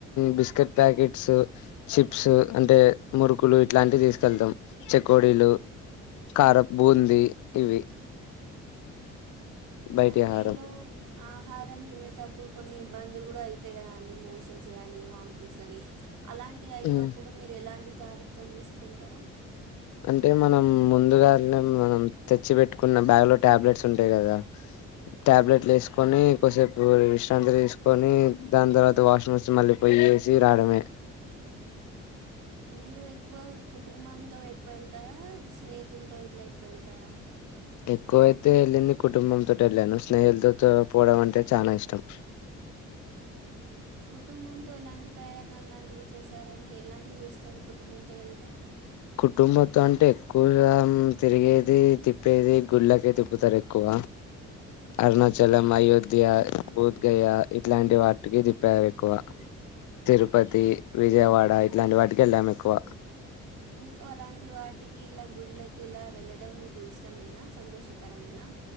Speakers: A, on the left; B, on the right.
A: బిస్కెట్ ప్యాకెట్స్ చిప్స్ అంటే మురుకులు ఇట్లాంటి తీసుకెళ్తాం చెకోడీలు కారం బూంది ఇవి బయటి
B: ఆ ట్రైన్
A: ఆహారం
B: లో ఆహారం తినేటప్పుడు కొన్ని ఇబ్బందులు కూడా అయితయి కదా అండి మోషన్స్ కానీ వాంతింగ్స్ కానీ అలాంటివి అయినప్పుడు
A: ఉమ్,
B: మీరు ఎలాంటి జాగ్రత్తలు తీసుకుంటారు
A: అంటే మనం ముందుగానే మనం తెచ్చి పెట్టుకున్న బ్యాగ్ లో టాబ్లెట్స్ ఉంటాయి కదా టాబ్లెట్లు వేసుకొని కొసేపు విశ్రాంతి తీసుకొని దాని తర్వాత వాషింగ్ మెషన్ మళ్ళీపోయి ఏసీ రాడమే
B: మీరు ఎక్కువ కుటుంబంతో ఎక్కువ ఎళ్తారా, స్నేహితులతో ఇట్ల ఎక్కువ వెళ్తారా?
A: ఎక్కువైతే వెళ్ళింది కుటుంబంతోటె ఎళ్ళాను, స్నేహితలతో పోవడం అంటే చానా ఇష్టం.
B: కుటుంబంతో ఎలాంటి ప్రయాణాలు లాంటివి చేశారండి, ఎలాంటివి చేస్తరు కుటుంబంతో వెళ్తే?
A: కుటుంబ తో అంటే ఎక్కువగా తిరిగేది, తిప్పేది గుళ్ళకే తిప్పుతారు ఎక్కువ. అరుణాచలం, అయోధ్య, బూద్గయ ఇట్లాంటి వాటికి తిప్పారు ఎక్కువ. తిరుపతి, విజయవాడ ఇట్లాంటి వాటికి ఎళ్ళాం ఎక్కువ.
B: మీకు అలాంటి వాటికి ఇలా గుళ్లకు ఇలా వెళ్ళడం మీకు ఇష్టమేనా, సంతోషకరమేనా?